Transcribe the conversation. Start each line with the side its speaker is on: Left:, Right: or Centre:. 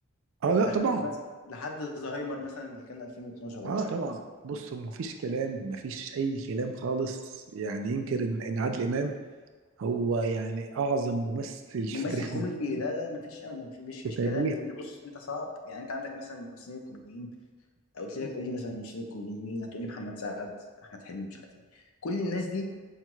Right: اه لا
Left: لحد
Right: طبعا
Left: مثلا لحد زهايمر مثلا اللي كان 2012 ولا
Right: اه طبعا
Left: حاجة
Right: بص ما فيش كلام ما فيش اي كلام خالص يعني ينكر ان ان عادل امام هو يعني اعظم ممثل في
Left: ممثل
Right: تاريخ
Left: كوميدي ده ده مفيش مفيش
Right: في
Left: فيش
Right: تاريخ
Left: كلام لان بص انت صعب يعني انت عندك مثلا الممثلين الكوميديين او قلت لك قول لي مثلا الممثلين الكوميديين مين هتقول لي محمد سعد احمد حلمي مش عارف ايه كل الناس دي